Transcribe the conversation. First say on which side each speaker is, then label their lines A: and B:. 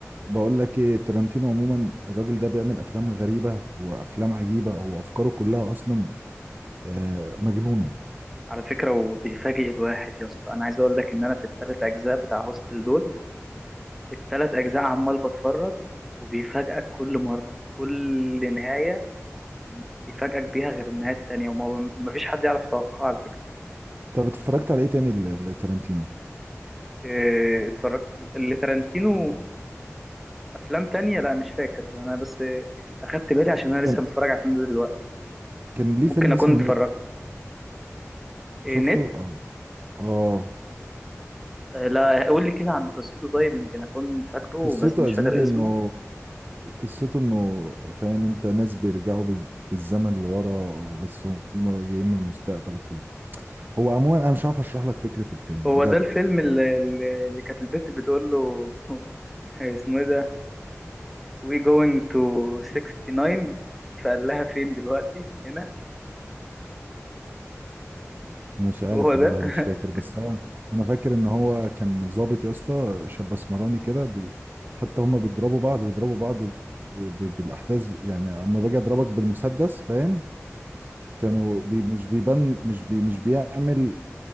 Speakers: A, on the right; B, in the centre.
A: بقول لك ايه تارانتينو عموما الراجل ده بيعمل افلام غريبه وافلام عجيبه وافكاره كلها اصلا آه، مجنونه
B: على فكرة وبيفاجئ الواحد يا اسطى انا عايز اقول لك ان انا في الثلاث اجزاء بتاع هوستل دول الثلاث اجزاء عمال بتفرج وبيفاجئك كل مرة كل نهاية يفاجئك بيها غير النهاية التانية وما مفيش حد يعرف يتوقعها على فكرة
A: طب اتفرجت على ايه تاني ل- لتارانتينو
B: إيه، اتفرجت اللي تارانتينو افلام تانية لا مش فاكر انا بس اخدت بالي عشان انا
A: كان
B: لسه متفرج على الفيلم ده دلوقتي
A: كان ليه
B: ممكن
A: فيلم
B: اكون
A: اسمه
B: اتفرجت
A: نت
B: إيه
A: شفته
B: نت
A: اه اه
B: آه، لا قول لي كده عن قصته طيب يمكن اكون فاكره
A: قصته
B: بس مش
A: يا زميلي
B: فاكر اسمه
A: انه قصته انه فاهم انت ناس بيرجعوا بز- بالزمن لورا بس هم جايين من المستقبل في هو عموما انا مش عارف اشرح لك فكره الفيلم بجد
B: هو ده الفيلم اللي, اللي اللي كانت البت بتقول له <laughs> اسمه ايه ده we going to 69 فقال لها فين دلوقتي هنا
A: مش عارف
B: هو ده
A: والله
B: <laughs>
A: مش فاكر بس هو انا فاكر ان هو كان ضابط يا اسطى شاب اسمراني كده بي حتى هما بيضربوا بعض بيضربوا بعض ب... ب... بالاحداث يعني اما باجي اضربك بالمسدس فاهم كانوا بي... مش بيبان مش بي... مش بيعمل